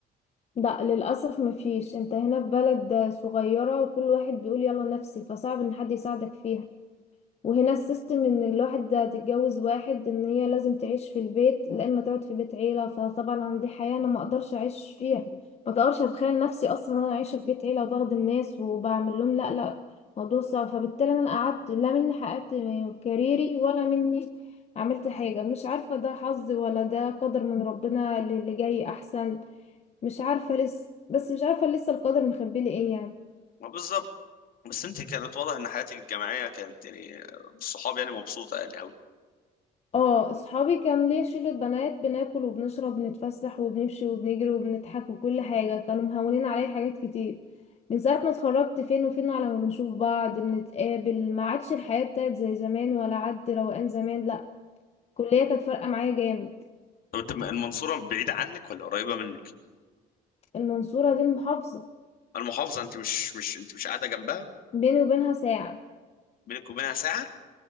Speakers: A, on the left; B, on the left.
A: لا للأسف مفيش انت هنا في بلد صغيرة وكل واحد بيقول يلا نفسي فصعب ان حد يساعدك فيها وهنا السيستم ان الواحد ده تتجوز واحد ان هي لازم تعيش في البيت لا اما تقعد في بيت عيلة فطبعا انا دي حياة انا ما اقدرش اعيش فيها ما اقدرش اتخيل نفسي اصلا انا عايشة في بيت عيلة وبخدم ناس وبعمل لهم لا لا موضوع صعب فبالتالي انا قعدت لا مني حققت كاريري ولا مني عملت حاجة مش عارفة ده حظ ولا ده قدر من ربنا اللي اللي جاي احسن مش عارفة لسه بس مش عارفة لسه القدر مخبي لي ايه يعني
B: ما بالظبط بس انت كانت واضح ان حياتك الجامعيه كانت يعني بالصحاب يعني مبسوطه يعني قوي
A: اه اصحابي كان ليا شلة بنات بناكل وبنشرب وبنتفسح وبنمشي وبنجري وبنضحك وكل حاجة كانوا مهونين عليا حاجات كتير من ساعة ما اتخرجت فين وفين على ما بنشوف بعض بنتقابل ما عادش الحياة بتاعت زي زمان ولا عد روقان زمان لا الكلية كانت فارقة معايا جامد
B: طب انت المنصوره بعيده عنك ولا قريبه منك
A: المنصورة دي المحافظة
B: المحافظه انت مش مش انت مش قاعده جنبها
A: بيني وبينها ساعة
B: بينك وبينها ساعه